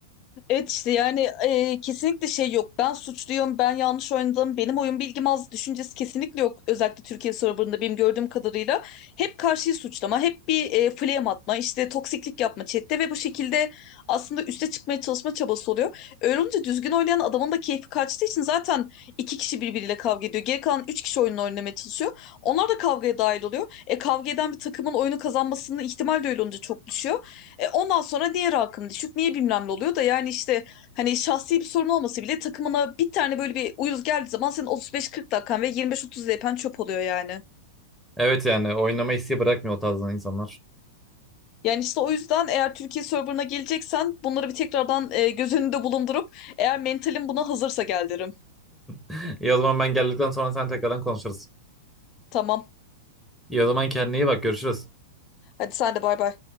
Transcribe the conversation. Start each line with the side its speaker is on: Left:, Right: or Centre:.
Left: Evet işte yani e, kesinlikle şey yok. Ben suçluyum, ben yanlış oynadım, benim oyun bilgim az düşüncesi kesinlikle yok. Özellikle Türkiye serverında benim gördüğüm kadarıyla hep karşıyı suçlama, hep bir e, flame atma, işte toksiklik yapma chatte ve bu şekilde aslında üste çıkmaya çalışma çabası oluyor. Öyle olunca düzgün oynayan adamın da keyfi kaçtığı için zaten iki kişi birbiriyle kavga ediyor. Geri kalan üç kişi oyununu oynamaya çalışıyor. Onlar da kavgaya dahil oluyor. E kavga eden bir takımın oyunu kazanmasının ihtimal de öyle olunca çok düşüyor. E, ondan sonra diğer halkın düşük niye bilmem ne oluyor da yani işte hani şahsi bir sorun olması bile takımına bir tane böyle bir uyuz geldiği zaman senin 35-40 dakikan ve 25-30 DP'n çöp oluyor yani.
Centre: Evet yani oynama isteği bırakmıyor o tarzdan insanlar.
Left: Yani işte o yüzden eğer Türkiye serverına geleceksen bunları bir tekrardan e, göz önünde bulundurup eğer mentalin buna hazırsa gel derim.
Centre: <laughs> İyi o zaman ben geldikten sonra sen tekrardan konuşuruz.
Left: Tamam.
Centre: İyi o zaman kendine iyi bak görüşürüz.
Left: Hadi sen de bay bay.